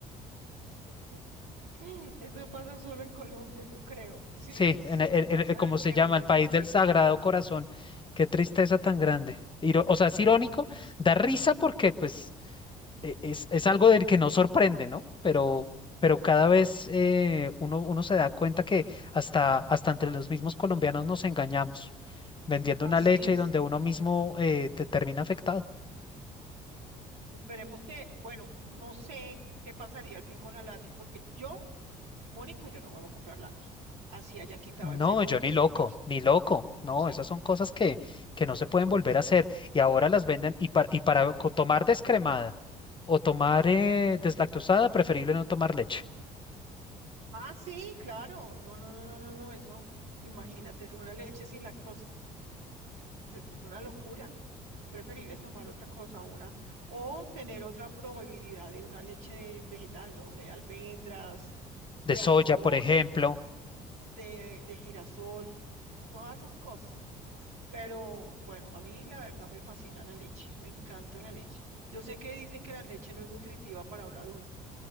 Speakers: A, on the right; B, on the left.
A: <laughs> Eso pasa solo en Colombia, yo creo. Sí,
B: Sí,
A: es
B: en,
A: una
B: el en-
A: cosa
B: en- como se
A: que
B: llama,
A: uno
B: el
A: no
B: país
A: lo cree.
B: del Sagrado Corazón. Qué tristeza tan grande. Iro- o sea, es
A: Es,
B: irónico,
A: es,
B: da risa porque pues e- es, es algo del que no sorprende, ¿no? Pero, pero cada vez eh, uno, uno se da cuenta que hasta, hasta entre los mismos colombianos nos engañamos, vendiendo
A: así
B: una leche
A: es.
B: y donde uno mismo eh, te termina afectado.
A: Esperemos que, bueno, no sé qué pasaría al fin con la lati, porque yo, Mónica, yo no vuelvo a comprar latos. Así hayan quitado
B: No,
A: el sello
B: yo
A: de que
B: ni
A: sí
B: loco,
A: es leche.
B: ni loco. No,
A: Sí.
B: esas son cosas que, que no se pueden volver a hacer y ahora las venden y, para- y para co- tomar descremada. o tomar eh, deslactosada, preferible no tomar leche.
A: Ah, sí, claro. No, no, no, no, no, no. Eso, imagínate, una leche sin lactosa. Eso es una locura. preferible tomar otra cosa, una, o tener otra probabilidad de una leche vegetal, ¿no? De almendras,
B: De
A: de
B: soya,
A: arroz,
B: por ejemplo.
A: de, de girasol, todas esas cosas. Pero bueno, a mí la verdad me fascina la leche, me encanta la leche. Yo sé que dicen que la leche no es nutritiva para un adulto,